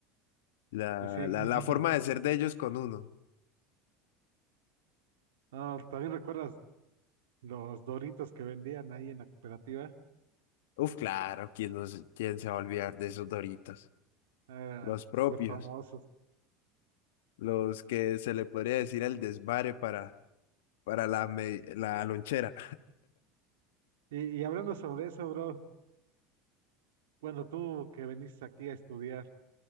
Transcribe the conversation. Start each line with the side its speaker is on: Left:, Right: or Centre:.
Left: la,
Right: Y sí,
Left: la, la forma de ser de ellos con uno.
Right: <laughs> no, ¿también recuerdas los Doritos que vendían ahí en la cooperativa?
Left: Uf, claro, ¿quién, no se- quién se va a olvidar de esos Doritos?
Right: Eran
Left: Los propios,
Right: súper famosos.
Left: los que se le podría decir el desvare para, para la, me- la lonchera.
Right: Y, y hablando sobre eso, bro, bueno, tú que veniste aquí a estudiar,